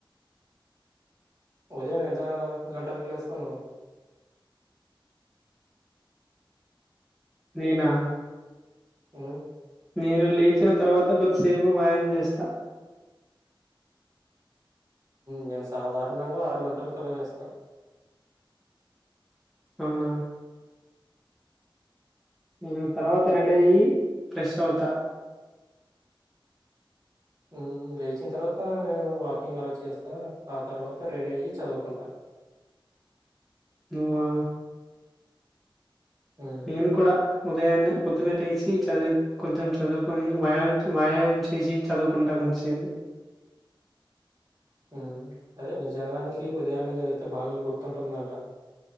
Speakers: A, on the right (about 40°); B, in the centre.
A: ఉదయం ఎంత గంటలకి లేస్తావు నువ్వు
B: నేనా
A: మ్
B: నేను లేచిన తర్వాత కొద్దిసేపు వ్యాయాం చేస్తా
A: నేను సాధారణంగా ఆరు గంటలకలలేస్తా
B: అవునా ఇంగ్ తర్వాత రెడీ అయి ఫ్రెష్ అవుతా
A: ఉ లేచిన తర్వాత నేను వాకింగ్ అలా చేస్తా ఆ తర్వాత రెడీ అయ్యి చదువుకుంటా
B: నువ్వా
A: ఉమ్
B: నేను కూడా ఉదయాన్నే పొద్దునెట్టేసి చదువు కొంచెం చదువుకొని వ వ్యాయామం చేసి చదువుకుంటా కొంసేబు
A: ఉ అదే నిజానికి ఉదయాన్న జదిదితే బాగా గుర్తుంటుందంట